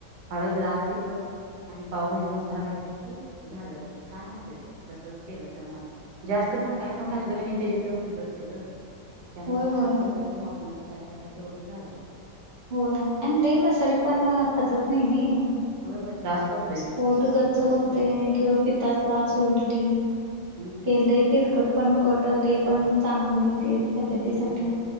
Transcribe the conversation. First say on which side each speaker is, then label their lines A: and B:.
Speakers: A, on the right; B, on the right.
A: हळद. लाल तिखट. आणि पावभाजी मसाला घातले की झालं छान होतोय तसच केलं त्यान. जास्त पण काय पण घातलं की नाही त्याची चव बिघडते ग. त्यामुळ
B: होय
A: हा
B: होय
A: तेवढंच नॉर्मली काय काय आहे तेवढंच घालायचं.
B: होय आणि लई मसाले पण पचत नाही नई.
A: होय होय त्रास करतोय ते
B: पोट
A: पित्ताचा
B: गच
A: त्रास
B: होतेय
A: होतोय
B: किंवा पितास त्रास उलटी
A: हम्म हम्म.
B: ते लई तेलकट पण कट लय पण चांगलं नाही ते तब्यतीसाठी.
A: होय